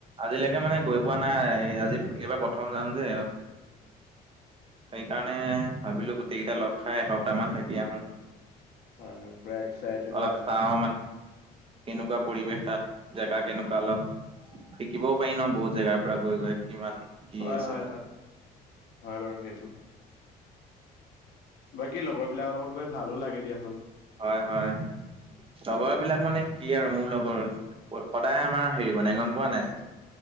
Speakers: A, on the right; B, on the left.
A: আজিলৈকে মানে গৈ
B: লগ
A: পোৱা নাই। আজি এইবাৰ প্ৰথম যাম যে। সেইকাৰণে ভাবিলো গোটেই কেইটা লগ খাই এসপ্তাহ মান থাকি আহো।
B: হয় হয় পুৰা এক্সাইটেড
A: অলপ
B: হৈ আছা
A: চাও
B: মানে।
A: কেনেকুৱা পৰিৱেশ তাত জেগা কেনেকুৱা অলপ। শিকিবও পাৰি ন বহুত জেগাৰ পৰা গৈ গৈ কিমান কি
B: হয়
A: আছে
B: হয়
A: তাত।
B: হয় বাৰু সেইটো। বাকী লগৰ বিলাকৰ লগত গৈ ভালো লাগে দিয়াচোন।
A: হয় হয়। লগৰ বিলাক মানে কি আৰু মোৰ লগৰ সদায় আমাৰ হেৰি বনাই গম পোৱা নাই।